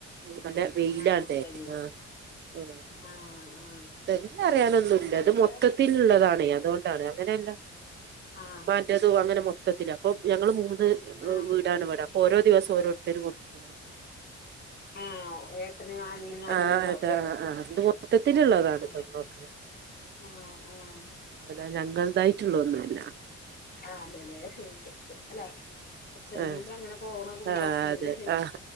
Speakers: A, on the right; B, on the left.
A: നല്ല വെയിലാണതേ
B: ആഹ് കഴിയും
A: ആ ഉം
B: ആഹ് ആഹ്
A: <unintelligible>
B: അത്
A: അറിയാനൊന്നുമല്ല
B: ശരി ഞാനിവിടെ
A: അത് മൊത്തത്തിലുള്ളതാണേ അതുകൊണ്ടാണ് അങ്ങനെ ല്ല
B: ആഹ്
A: മ്മാന്റേതും അങ്ങനെ മൊ മൊത്തത്തില് അപ്പൊ ഞങ്ങള് മൂന്ന്
B: ആഹ്
A: വീടാണ്
B: കൊട്
A: ഇവിടെ അപ്പൊ ഓരോ ദിവസം ഓരോരുത്തർ കൊടുക്കലാണ്
B: ആഹ് ഏട്ടന് അനിയനും അങ്ങനെ
A: ആ
B: ഉണ്ടാവുംല്ലേ
A: ആ ആ അത് മൊത്തത്തിലു ള്ളതാണ്
B: ആഹ്
A: തേങ്ങൊക്കെ
B: ആഹ് ആഹ്
A: അല്ല ഞങ്ങളതായിട്ടുള്ള ഒന്നും അല്ല
B: ആ അല്ലല്ലെ അല്ല ഒത്തരു
A: ആഹ്
B: മേല് അങ്ങനെ പോണ കുടുംബാ
A: ആഹ് ആഹ്
B: അങ്ങനെ
A: അതെ ആഹ്